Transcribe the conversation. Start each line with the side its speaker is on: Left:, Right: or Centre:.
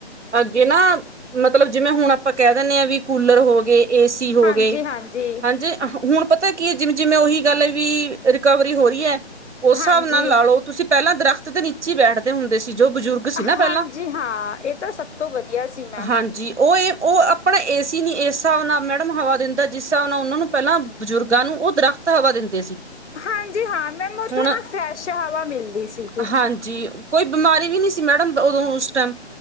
Right: ਅੱਗੇ ਨਾ ਮਤਲਬ ਜਿਵੇਂ, ਹੁਣ ਆਪਾਂ ਕਹਿ ਦਿੰਦੇ ਹਾਂ ਵੀ ਕੂਲਰ ਹੋ ਗਏ ਏਸੀ ਹੋ
Left: ਹਾਂਜੀ
Right: ਗਏ,
Left: ਹਾਂਜੀ
Right: ਹਾਂਜੀ ਹੁਣ ਪਤ ਪਤਾ ਕੀ ਹੈ। ਜਿਵੇਂ -ਜਿਵੇਂ ਉਹੀ ਗੱਲ ਵੀ ਰਿਕਵਰੀ ਹੋ ਰਹੀ ਹੈ। ਉਸ ਹਿਸਾਬ
Left: ਹਾਂਜੀ
Right: ਨਾਲ ਲਾ ਲਓ ਤੁਸੀਂ ਪਹਿਲਾਂ ਦਰਖਤ ਦੇ ਨੀਚੇ ਬੈਠਦੇ ਹੁੰਦੇ ਸੀ। ਜੋ ਬਜ਼ੁਰਗ ਸੀ ਨਾ ਪਹਿਲਾਂ
Left: ਹਾਂਜੀ ਹਾਂ, ਇਹ ਤਾਂ ਸਭ ਤੋਂ ਵਧੀਆ ਸੀ ਮੈਮ
Right: ਹਾਂਜੀ ਉਹ ਇਹ ਉਹ ਆਪਣਾ ਏ ਸੀ ਨੀ ਇਸ ਏ ਏ ਔ ਏ ਇ ਅਪਨਾ ਏ ਸੀ ਨੀ ਏਸ ਹਿਸਾਬ ਨਾਲ ਮੈਡਮ ਹਵਾ ਦਿੰਦਾ। ਜਿਸ ਹਿਸਾਬ ਨਾਲ ਉਹਨਾਂ ਨੂੰ ਪਹਿਲਾਂ ਬਜ਼ੁਰਗਾਂ ਨੂੰ ਉਹ ਦਰੱਖਤ। ਤ ਹਵਾ ਦਿੰਦੇ ਸੀ।
Left: ਹਾਂਜੀ ਹਾਂ, ਮੈਨੂੰ ਉੱਥੋਂ
Right: ਹੁਣ
Left: ਨਾ ਫਰੈਸ਼ ਹਵਾ ਮਿਲਦੀ ਸੀਗੀ।
Right: ਹਾਂਜੀ। ਕੋਈ ਬਿਮਾਰੀ ਵੀ ਨਹੀਂ ਸੀ ਮੈਡਮ, ਉਦੋਂ ਉਸ ਟਾਈਮ